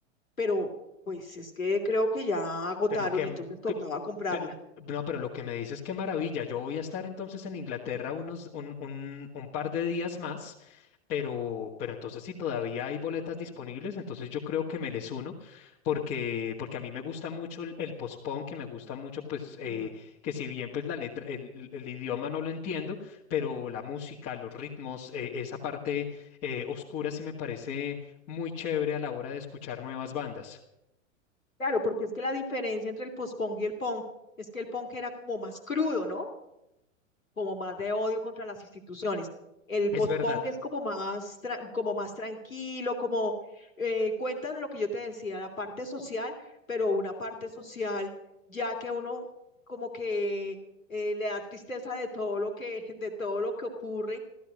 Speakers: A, on the left; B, on the left.
A: pero pues es que creo que ya agotaron,
B: Pero que,
A: entonces tocaba
B: que-
A: comprarla.
B: pe- no, pero lo que me dices, qué maravilla. Yo voy a estar entonces en Inglaterra unos, un, un, un par de días más, pero, pero entonces si todavía hay boletas disponibles, entonces yo creo que me les uno, porque, porque a mí me gusta mucho el, el postpone, que me gusta mucho, pues, eh,
A: Ujú.
B: que si bien pues la letra, el, el el idioma no lo entiendo, pero la música, los ritmos, eh, esa parte eh, oscura sí me parece muy chévere a la hora de escuchar nuevas bandas.
A: Claro, porque es que la diferencia entre el post-punk y el punk es que el punk era como más crudo, ¿no? como más de odio contra las instituciones. El
B: Es
A: post-punk
B: verdad.
A: es como más, tra- como más tranquilo, como eh, cuentan lo que yo te decía, la parte social, pero una parte social ya que uno como que eh, le da tristeza de todo lo que, <laughs> de todo lo que ocurre.